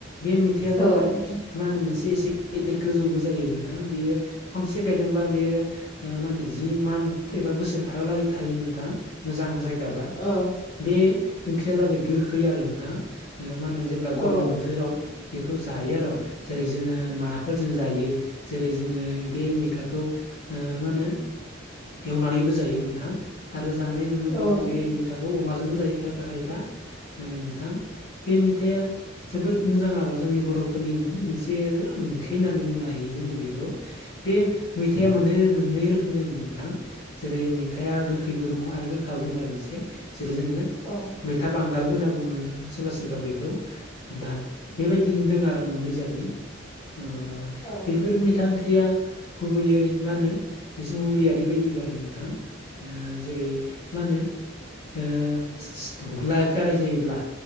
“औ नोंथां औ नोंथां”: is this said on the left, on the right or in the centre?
Left